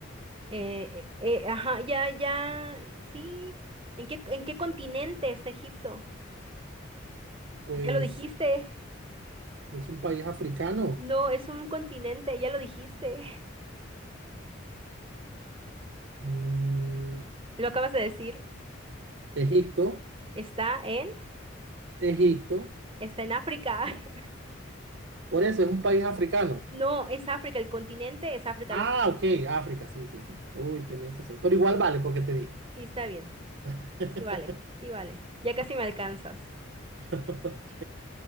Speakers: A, on the right (about 25°); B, on the right (about 60°).
A: Eh, eh, eh, ajá, ya, ya, sí. ¿En qué, en qué continente está Egipto?
B: Pues
A: Ya lo dijiste.
B: es un país africano.
A: No, es un continente, ya lo dijiste. <laughs>
B: Mm,
A: Lo acabas de decir.
B: Egipto,
A: Está en,
B: Egipto.
A: está en África. <laughs>
B: Por eso es un país africano.
A: No, es África, el continente es África.
B: Ah,
A: Los,
B: ok, África, sí, sí, sí. Uy, qué mensa soy. Pero igual vale porque te dije.
A: sí, está bien.
B: <laughs>
A: Sí, vale, sí, vale. Ya casi me alcanzas.
B: <laughs> Ok.